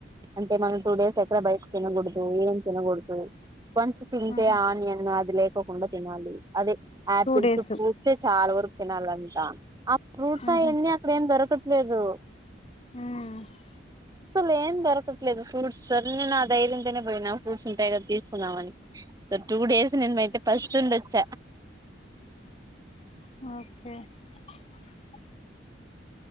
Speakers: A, on the right (about 20°); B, on the left (about 30°).
A: అంటే మనం టూ డేస్ ఎక్కడ బయటక ఏం తినకూడదు కొన్స్ తింటే
B: ఆహా
A: ఆనియన్ అది లేకకుడా తినాలి అదే ఆపిల్స్
B: టూ డేస్
A: ఫ్రూట్స్ ఏ చాలా వరకు తినాలంట ఆ ఫ్రూట్స్
B: ఉహు
A: అవన్నీ అక్కడ ఏం దొరక లేదు
B: ఉ
A: అసలు ఏం దలేదు ఫ్రూట్స్ే నా ధైర్య పోయి ఫ్రూట్స్ ఉంటాయిా తీసుకున్నా టూ డే ఫస్ట్ండచ్చ
B: <unintelligible>